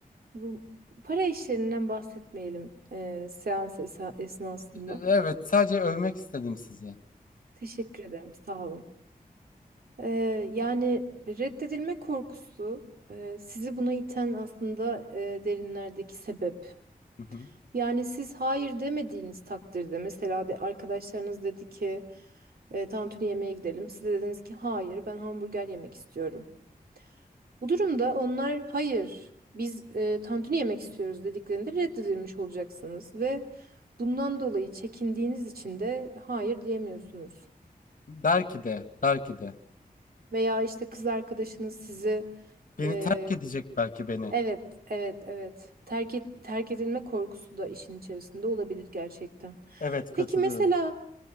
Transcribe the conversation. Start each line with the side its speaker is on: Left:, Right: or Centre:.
Right: bu para işlerinden bahsetmeyelim eee, seans esa- esnasında.
Left: Evet sadece övmek istedim sizi.
Right: Teşekkür ederim, sağ olun. Eee, yani reddedilme korkusu eee, sizi buna iten aslında eee, derinlerdeki sebep.
Left: Hı hı.
Right: Yani siz hayır demediğiniz takdirde mesela de arkadaşlarınız dedi ki e, tantuni yemeğe gidelim. Siz de dediniz ki hayır ben hamburger yemek istiyorum. Bu durumda onlar hayır biz e, tantuni yemek istiyoruz dediklerinde reddedilmiş olacaksınız ve bundan dolayı çekindiğiniz için de hayır diyemiyorsunuz.
Left: Belki de, belki de.
Right: Veya işte kız arkadaşınız sizi
Left: Beni
Right: e,
Left: terk edecek belki beni.
Right: evet evet evet terk et, terk edilme korkusu da işin içerisinde olabilir gerçekten.
Left: Evet katılıyorum.
Right: Peki mesela